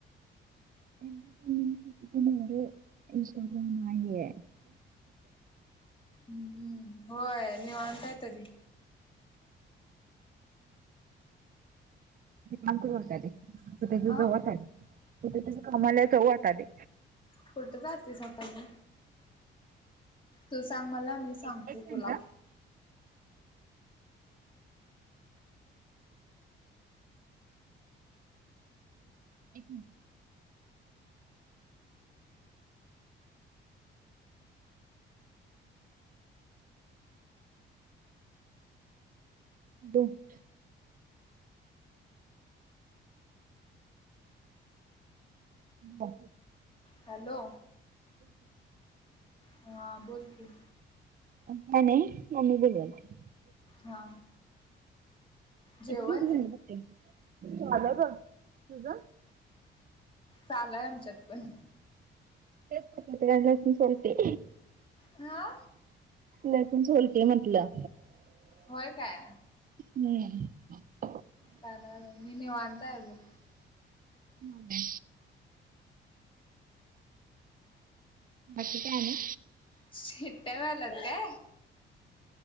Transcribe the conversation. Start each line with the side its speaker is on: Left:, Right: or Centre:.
Right: अ ह इंस्टाग्राम नाहीये
Left: हम्म्म होय निवांताय तरी
Right: काम करत आले त त्याच्या
Left: अ
Right: जवळात आले त्याच्या कामाला जवळात आले
Left: कुट जाते स् आतना तू सांग मला मी सांगतो
Right: एक एक मिनिट
Left: तुला
Right: हा. एक मिनट दुख ब
Left: हॅलो हा बोलकी
Right: नाही नाही मम्मी ब बलते
Left: हा जेवण
Right: लंय ग तुझा
Left: चालूय आमच्यात पण
Right: तेचत गडासून सलते
Left: हा
Right: लसूण सोलते म्हटलं
Left: होय काय
Right: हम्म
Left: काही नाही मी निवांत हाय बघ
Right: हो का बाकी काय नाही
Left: शिटटे वाला का